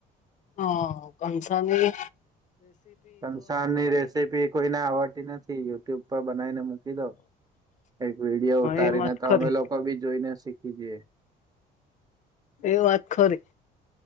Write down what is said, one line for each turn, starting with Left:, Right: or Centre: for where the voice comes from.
Left: હા કંસારની
Right: કંસાર ની રેસીપી કોઈને આવડતી નથી યુટ્યુબ પર બનાવી ને મક મકી દો, એક વિડીયો ઉતારીને
Left: એ વાત
Right: તો
Left: ખરી
Right: અમે લોકો બી જોઈને શીખી જઈએ.
Left: એ વાત ખરી